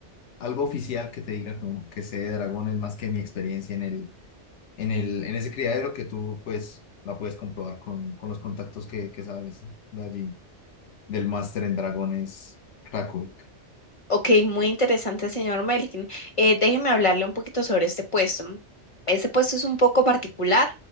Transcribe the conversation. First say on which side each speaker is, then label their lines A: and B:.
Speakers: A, on the left (about 75°); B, on the left (about 30°).
A: algo oficial que te diga como que sé de dragones más que mi experiencia en el, en el, en ese criadero que tú pues la puedes comprobar con, con los contactos que, que sabes de allí, del máster en dragones Krakow.
B: Ok, muy interesante, señor Melkin. Eh, déjeme hablarle un poquito sobre este puesto. Este puesto es un poco particular